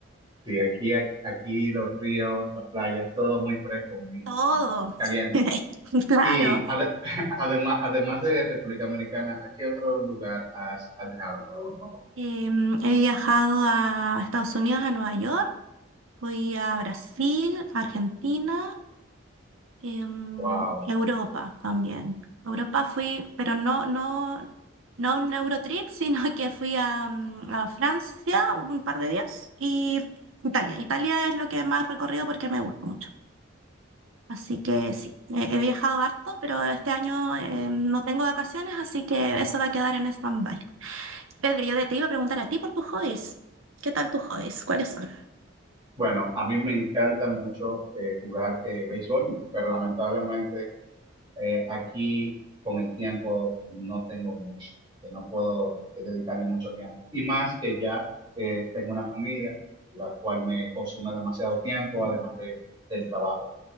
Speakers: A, on the right; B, on the right.
A: sí, aquí, aquí los ríos, las playas, todo muy fresco, muy,
B: todo.
A: muy caliente.
B: <laughs> Claro,
A: Y ade- <laughs> además, además de República Americana, ¿a qué otro lugar has, has viajado?
B: Em, he viajado a Estados Unidos, a Nueva York, fui a Brasil, a Argentina, em,
A: Wow.
B: y a Europa también. A Europa fui, pero no, no. no a un Eurotrip, sino <laughs> que fui a, mm, a Francia un par de días y Italia. Italia es lo que más he recorrido porque me gusta mucho. Así que sí, he, he viajado harto, pero este año eh, no tengo vacaciones, así que eso va a quedar en stand-by. Pedro, yo de- te iba a preguntar a ti por tus hobbies. ¿Qué tal tus hobbies? ¿Cuáles son?
A: Bueno, a mí me encanta mucho eh, jugar eh, béisbol, pero lamentablemente eh, aquí con el tiempo no tengo mucho, que no puedo eh, dedicarle mucho tiempo. Y más que ya eh, tengo una familia, la cual me consume demasiado tiempo, además de, del trabajo.